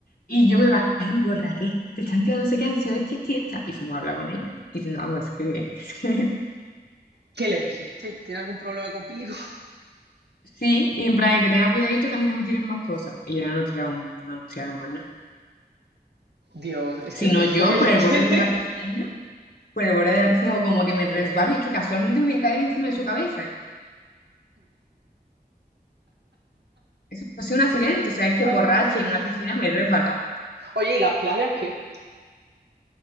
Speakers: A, on the left; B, on the right.
A: Y yo me bajé y le digo, Raquel, te están tirando no sé qué, han sido esta, esta y esta. Y fuimos a hablar con ella. y Diciendo, vamos, es que, <laughs> es que
B: ¿Qué le dijiste? ¿Tiene algún problema conmigo? <laughs>
A: sí, y en plan, que tenga cuidadito que a mí no me tiren más cosas. Y ya no nos tiraron, no nos tiraron más nada.
B: Dios, es
A: Sino
B: que es muy
A: yo
B: fuerte.
A: por el borde de
B: <laughs>
A: la piscina, por el borde de la piscina, o como que me resbalo y es que casualmente me voy a caer encima de su cabeza. Eso ha sido un accidente, o sea, es que
B: Ay.
A: borracha y en una piscina me he resbalado.
B: Oye, ¿y las playas qué?